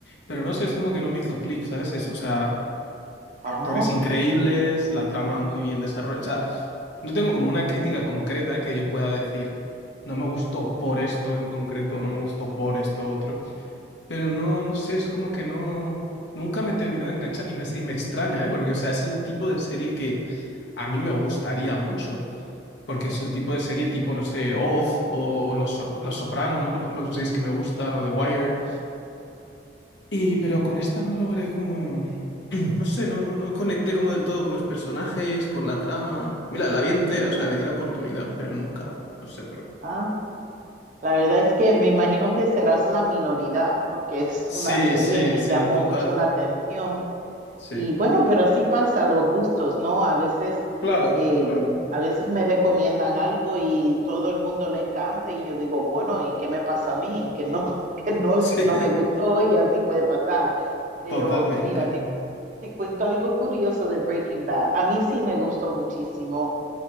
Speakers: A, on the left; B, on the right.
A: Pero no sé, es como que no me hizo clic, ¿sabes? Es, o sea, actores
B: Oh,
A: increíbles, la trama muy bien desarrollada. O sea, no tengo como una crítica concreta que yo pueda decir, no me gustó por esto en concreto, no me gustó por esto otro. Pero no, no sé, es como que no, nunca me he terminado de enganchar y me, y me extraña, ¿eh? Porque, o sea, es el tipo de serie que a mí me gustaría mucho. Porque es el tipo de serie tipo, no sé, Oz o Los, Sor- Los Sopranos, ¿no? Por ejemplo, que son
B: sí.
A: series que me gustan, o The Wire. Y, pero con esta no logré como... No sé, no, no, no conecté como del todo con los personajes, con la trama. Mira, la vi entera, o sea,
B: Ah,
A: le di la oportunidad, pero nunca, no sé por qué.
B: ah. La verdad es que me imagino que serás la minoridad porque es
A: Sí,
B: una serie
A: sí,
B: que
A: sí,
B: llamó
A: total.
B: mucho la atención
A: Sí.
B: Y bueno, pero así pasa los gustos, ¿no? A veces,
A: Claro,
B: eh,
A: claro.
B: a veces me recomiendan algo y todo el mundo le encanta y yo digo, bueno, ¿y qué me pasa a mí? Que no, <laughs> que no, no
A: Sí,
B: me gustó y así puede pasar. Pero
A: <laughs> totalmente.
B: mira, te, te cuento algo curioso de Breaking Bad. A mí sí me gustó muchísimo.